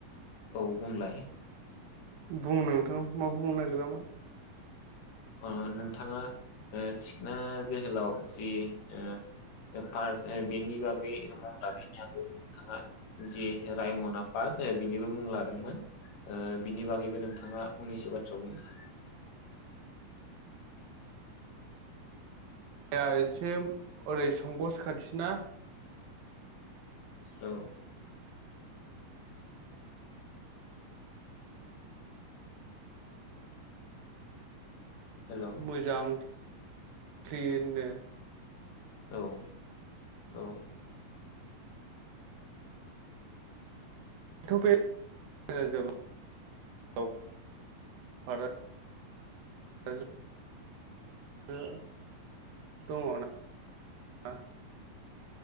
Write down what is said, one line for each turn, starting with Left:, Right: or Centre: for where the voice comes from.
Left: औ बुंलाय
Right: बुं नोंथां मा बुंनो नागिरामोन
Left: ओ नोंथाङा सिखना जोहोलाव जि ओ पार्क बेनि बागै मुं लाबनि आगोल नोंथाङा जि रायमना पार्क बिनिबो मुं लादोंमोन ओ बिनि बागैबो नोंथाङा फंनैसो बाथ्रा बुंनो हागोन नामा?
Right: जाया एसे ओरै संगस खाथिना
Left: औ हेलौ
Right: मोजां क्लिनो
Left: औ औ
Right: बेथ बे <unintelligible>